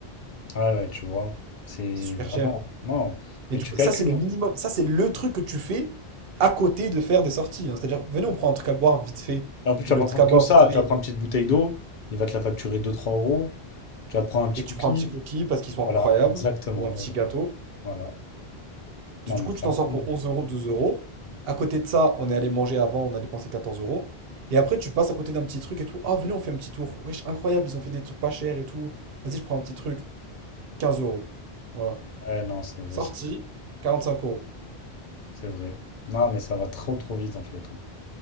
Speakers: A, on the left; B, on the right.
A: Ah ouais, tu vois. C'est
B: C'est super
A: vraiment.
B: cher.
A: Non.
B: Mais
A: Mais
B: du
A: tu
B: coup,
A: calcules,
B: ça c'est le
A: hein.
B: minimum, ça c'est le truc que tu fais à côté de faire des sorties. hein. C'est-à-dire, venez, on prend un truc à boire vite fait,
A: Et en plus, tu
B: et
A: vas
B: le
A: pas
B: truc
A: prendre
B: à
A: que
B: boire
A: ça.
B: vite fait,
A: Tu vas prendre une petite bouteille d'eau, il va te la facturer deux, trois euros. Tu vas te prendre un petit
B: et
A: cookie.
B: tu prends un petit cookie parce qu'ils sont
A: Voilà,
B: incroyables,
A: exactement.
B: ou un petit
A: ouais.
B: gâteau,
A: Voilà. Non,
B: Du
A: mais
B: coup,
A: c'est
B: tu t'en
A: incroyable.
B: sors pour 11 euros, 12 euros. À côté de ça, on est allé manger avant, on a dépensé 14 euros. Et après, tu passes à côté d'un petit truc et tout. Ah, venez, on fait un petit tour. Wesh, incroyable, ils ont fait des trucs pas chers et tout. Vas-y, je prends un petit truc. quinze euros. Voilà.
A: Eh, non, c'est vrai,
B: Sorti,
A: c'est
B: cinq euros.
A: c'est vrai. Non, mais ça va trop trop vite en fait. hein.